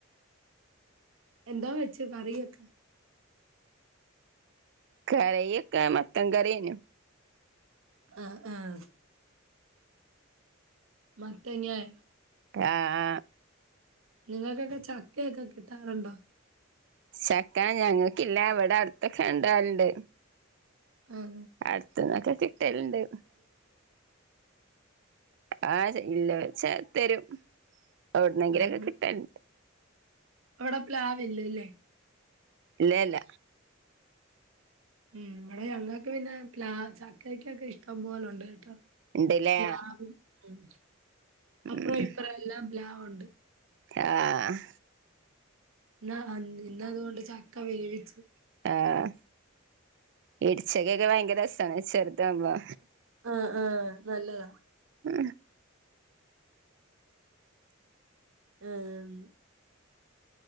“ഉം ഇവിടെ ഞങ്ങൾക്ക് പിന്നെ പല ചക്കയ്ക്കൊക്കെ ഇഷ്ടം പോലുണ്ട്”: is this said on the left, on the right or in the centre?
Right